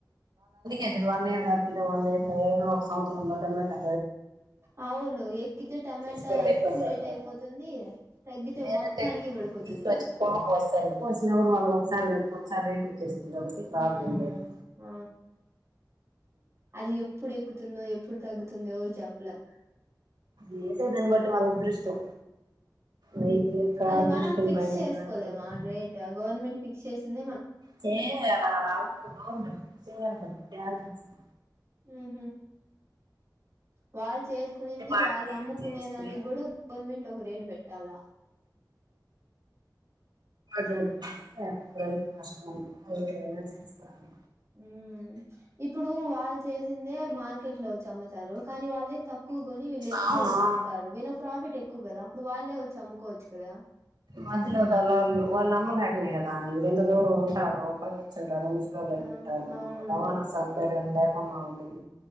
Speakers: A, on the right; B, on the right.
A: ఏది వన్ ఇయర్ రా వన్ ఇయర్ లో ఏదో ఒక సంవత్సరం లోట లోటా
B: అవును ఎక్కితే టమాటా
A: స్యిసర
B: ఎక్కువ రేట్
A: క
B: అయిపోతుంది తగ్గితే
A: <unintelligible> లేదంటే
B: మొత్తానికి పడిపోతుంది
A: ని పోస్తాను కోసిన కూడ వాళ్ళు ఒకసారి కాదు ఒకసారి రేట్ వచ్చేస్తుంది కాబట్టి
B: ఉ
A: ప్రాబ్లం లేదు
B: హ ఏ ఎప్పుడు ఎక్కుతుందో ఎప్పుడు తగ్గుతుందో చేప్పలేం
A: లేసే దాన్ని బట్టి వాళ్ళ అదృష్టం రైతు యొక్క
B: అది
A: అదృష్టం
B: మనం ఫిక్స్
A: పైన
B: చేసుకోలేమా
A: ఆధారపడి
B: రేట్ గవర్నమెంట్ ఫిక్స్ చేసింది
A: చేయ అలా కదా ఊ మనం ఫిక్స్ చేయాలి కదా తారు చేస్తా
B: ఉహు వాళ్ళు చేసుకునింది
A: అయితే గిట్టుబాటు
B: వాళ్ళు అమ్ముకునే
A: చేస్తే
B: దానికి కూడా గవర్నమెంట్ ఒక రేటు పెట్టాలా
A: పెట్టితు కష్టం ఎవరైనా చేస్తరు
B: ఉ ఇప్పుడు వాళ్ళు చేసిందే మార్కెట్ లో వచ్చ అమ్ముతారు కానీ వాళ్ళే తక్కువ కొని వీళ్ళు ఎక్కువ
A: అవును
B: వచ్చి అమ్ముతారు వీళ్ళ ప్రాఫిట్ ఎక్కువ కదా అప్పుడు వాళ్ళే వచ్చి అమ్ము కోవచ్చుకదా
A: మధ్యలోలా వాళ్ళు నమ్మలేకనేయి కదా ఇప్పుడు ఎంత దూరం ఉంటారో ముసలోళ్ళు అయిపోయి
B: ఆ
A: ఉంటారు
B: అవునులే
A: రవాణా సౌకర్యం లేకుండా ఉంటుంది